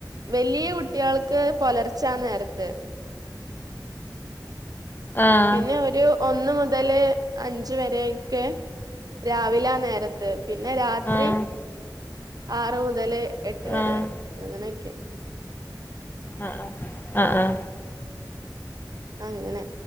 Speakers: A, on the right; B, on the left.
A: വലിയ കു ട്ടികൾക്ക് പുലർച്ചാ നേരത്ത്.
B: ആഹ്
A: പിന്നെ ഒരു ഒന്ന് മുതല് അഞ്ച് വരെ ക്കെ രാവിലാ നേരത്ത്. പിന്നെ രാത്രി
B: ആഹ്
A: ആറ് മുതല് എട്ട് വരെയോ
B: ആഹ്
A: അങ്ങനെയൊക്കെ.
B: ആ ആ ആ ആ
A: അങ്ങനെ